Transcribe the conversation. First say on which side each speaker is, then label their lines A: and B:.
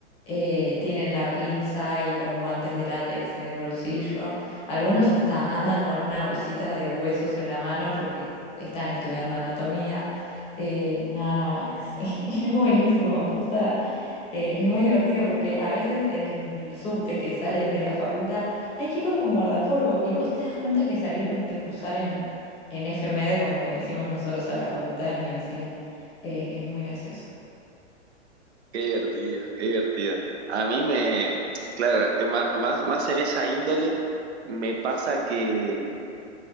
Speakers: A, on the left; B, on the right.
A: eh, tienen la pinza y los guantes de látex en el bolsillo. Algunos hasta andan con una bolsita de huesos en la mano porque están estudiando anatomía. Eh, no, no, es, <laughs> es buenísimo. Posta, eh, es muy divertido porque a veces en el subte que sales de la facultad hay chicos con guardapolvo y vos te das cuenta que salieron de cursar en, en FMED, como le decimos nosotros a la Facultad de Medicina. Eh, es muy gracioso.
B: Qué divertido, qué divertido. A mí me, claro, eh, ma- más, más en esa índole me pasa que,